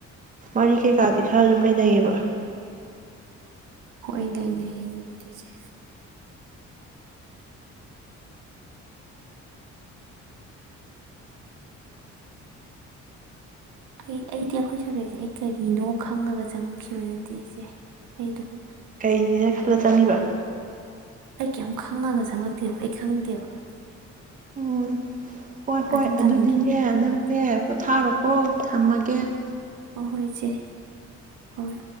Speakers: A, on the right; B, on the right.
A: ꯋꯥꯔꯤ ꯀꯩꯀꯥꯗꯤ ꯈꯔ ꯑꯗꯨꯝ ꯂꯩꯅꯩꯌꯦꯕ
B: ꯍꯣꯏꯗ ꯂꯩꯌꯦꯗ ꯗꯨꯕꯨꯗꯤ ꯆꯦ ꯑꯩ ꯑꯩꯗꯤ ꯑꯩꯈꯣꯏ ꯁꯕꯖꯦꯛꯁꯦ ꯑꯩ ꯀꯔꯤꯅꯣ ꯈꯪꯉꯒ ꯆꯪꯉꯛꯈꯤꯕ ꯅꯠꯇꯦ ꯏꯁꯦ ꯑꯩ ꯑꯗꯨꯝ
A: ꯀꯩꯅꯦꯅ ꯈꯜꯂ ꯆꯪꯉꯤꯕ
B: ꯑꯩ ꯀꯩꯝ ꯈꯪꯉꯒ ꯆꯪꯉꯛꯇꯦꯕ ꯑꯩ ꯈꯪꯗꯦꯕ
A: ꯎꯝ ꯍꯣꯏ ꯍꯣꯏ
B: ꯑꯗꯨꯝ ꯇꯝꯈꯤꯕꯅꯦ
A: ꯑꯗꯨꯗꯤꯅꯦ ꯅꯪꯅꯦ ꯄꯣꯊꯥꯔꯣꯀꯣ ꯊꯝꯃꯒꯦ ꯀꯦ
B: ꯍ ꯍꯣꯏꯁꯦ ꯍꯣꯏ